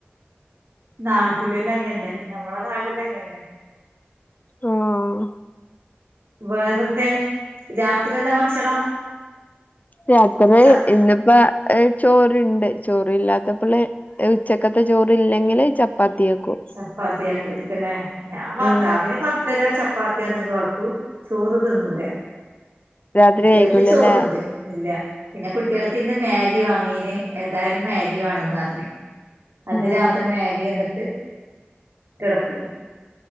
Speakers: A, on the right (about 65°); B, on the left (about 40°).
A: നാട്ടിലല്ല അങ്ങൻന്നെ ഞമ്മളെ നാട്ടിലങ്ങൻന്നെ
B: ആഹ്
A: വേറെന്തേ, രാത്രി എന്താ ഭക്ഷണം?
B: രാത്രി
A: ച
B: ഇന്ന് പ്പാ ഏഹ് ചോറ്ണ്ട് ചോറ് ഇല്ലാത്തപ്പള് ഉച്ചക്കത്തെ ചോറ് ഇല്ലെങ്കില് ച പ്പാത്തി വെക്കു
A: ചപ്പാത്തിയാക്കൂയായ്രിക്കു അല്ലേ ഞാൻ വർത്താവിന്
B: ഉം
A: പ ത്തലോ ചപ്പാത്തിയോ എന്തങ്കും ആക്കു ചോറ് തിന്നൂല
B: രാത്രി
A: കുട്ടികൾക്ക്
B: കഴിക്കൂലല്ലേ
A: ചോറ്ണ്ട്. ഇല്ല പിന്നെ കുട്ടികൾക്ക് ഇന്ന് മേഗി വാങ്ങീന് ഏതായാലും മേഗി വേണംന്ന് പറഞ്ഞ് അത് രാത്രി
B: ആഹ്
A: വേഗി കണ്ടിട്ട് കിടക്കും